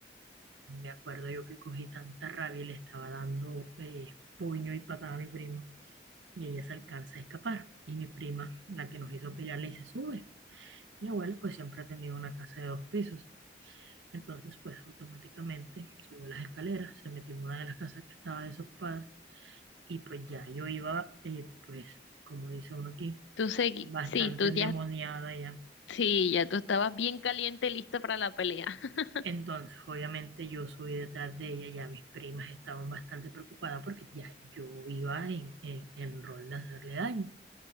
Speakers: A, on the right; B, on the left.
A: me acuerdo yo que cogí tanta rabia y le estaba dando eh, puño y patada a mi prima y ella se alcanza a escapar. Y mi prima, la que nos hizo pelear, le dice, sube. Mi abuela pues siempre ha tenido una casa de dos pisos. Entonces pues automáticamente subió las escaleras, se metió en una de las casas que estaba desocupada Y pues ya yo iba, eh, pues, como dice uno aquí,
B: Tú segui,
A: bastante
B: sí, tú
A: endemoniada
B: ya,
A: ya.
B: sí, ya tú estabas bien caliente, lista para la pelea. <laughs>
A: Entonces, obviamente yo subí detrás de ella, ya mis primas estaban bastante preocupadas porque ya yo iba en, en, en rol de hacerle daño.